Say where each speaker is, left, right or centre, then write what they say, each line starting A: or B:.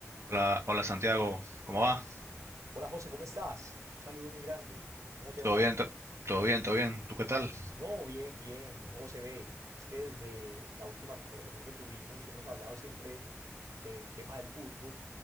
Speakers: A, on the right (about 60°); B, on the right (about 80°).
A: Hola, hola Santiago, ¿cómo va?
B: Hola José, ¿cómo estás? Un saludo muy grande. ¿Cómo te
A: ¿Todo
B: va?
A: bien? to- ¿Todo bien? ¿Todo bien? ¿Tú qué tal?
B: No, bien, bien, José B. Es que desde la última conversación que tuvimos hemos hablado siempre del tema del fútbol,